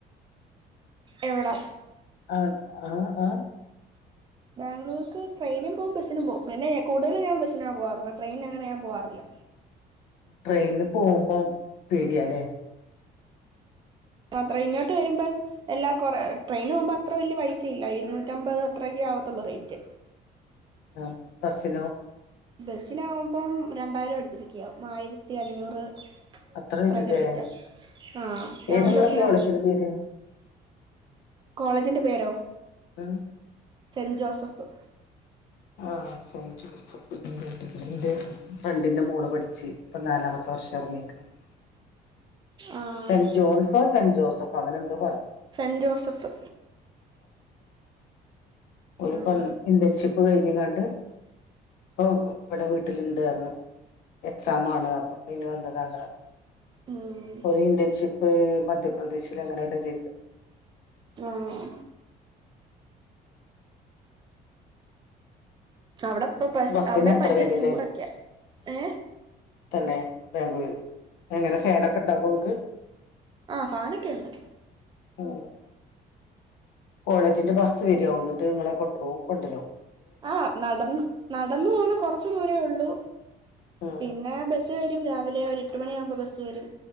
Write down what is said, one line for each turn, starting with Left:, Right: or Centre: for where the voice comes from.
Right: എവിടെ
Left: ആ ആ ആ
Right: ബാംഗലൂർക്ക് ട്രെയിനും പോവും ബസിനും പോവും പിന്ന കൂടുതലും ഞാൻ ബസിന പോവാറൂള്ളാ ട്രെയിന് അങ്ങനെ ഞാൻ പോവാറില്ല
Left: ട്രെയിനിൽ പോകുമ്പോ പേടിയാലേ
Right: അത്ര ഇങ്ങോട്ട് വരുമ്പോ എല്ലാ കുറ ട്രെയിന പോകുമ്പോൾ അത്ര വലിയ പൈസയില്ല ഇരുന്നൂറ്റമ്പത് അത്രയൊക്കെ ആവത്തുള്ളൂ റേറ്റ്
Left: ആ ബസ്സിലോ
Right: ബസ്സിനാവുമ്പം രണ്ടായിരം അടുപ്പിച്ചൊക്ക ആവും ആയിരത്തി അഞ്ഞൂറ്
Left: അത്ര വരൂലേ
Right: പ്രകറൈറ്റ ആ ഞാൻ
Left: ഏതാ നിങ്ങളെ
Right: ബസിനാ
Left: കോളേജിന്റെ പേര്
Right: കോളേജിന്റെ പേരോ
Left: ഉം
Right: സെന്റ് ജോസഫ്
Left: ആ് സെൻ്റ് ജോസഫ് എ ൻ്റെ ഫ്രണ്ടിന്റെ മോള് പഠിച്ച് ഇപ്പ നാലാമത്തെ <unintelligible>
Right: ആഹ്
Left: സെന്റ് ജോൺസോ സെന്റ് ജോസഫ അങ്ങനെ എന്തോ പറഞ്ഞു
Right: സെന്റ് ജോസഫ്
Left: ഒരുപ്പ
Right: ഉം
Left: ഇന്റേൺഷിപ്പ് കഴിഞ്ഞ കണ്ട് ഓ ഇവിടെ വീട്ടിലിണ്ടന്ന് എക്സാ ആണ് അതിന് വന്നതാണ്
Right: ഉം
Left: ഒരു ഇന്റൺഷിപ്പ് മ മധ്യപ്രദേശിൽ അങ്ങനെയണ്ട ജ
Right: ആഹ് അവിടെപ്പ പശ
Left: ബസ്സിന്
Right: അവിടെ
Left: എത്ര
Right: ഭയങ്കര
Left: വരൂല്ലേ
Right: ചൂടൊക്കെയ ഏ
Left: തന്നെ ബാംഗ്ലൂര് എങ്ങനെ ഫൻ ഒക്കെ ഉണ്ടാക്കും നിക്ക്
Right: ആ ഫാനൊക്കെണ്ട്
Left: ഉം കോളേജിന്റെ ബസ് വരികവും എന്നിട്ട് നിങ്ങളെ കൊണ്ടു പോ കൊണ്ടുവരോ
Right: ആ് നടന്ന് നടന്നു പോന്നെ കൊറച്ച് ദൂരേള്ളൂ
Left: ഉം
Right: പിന്നെ ബ രാവിലെ ഒരു എട്ട് മണി ആമ്പോ ബസ് വരും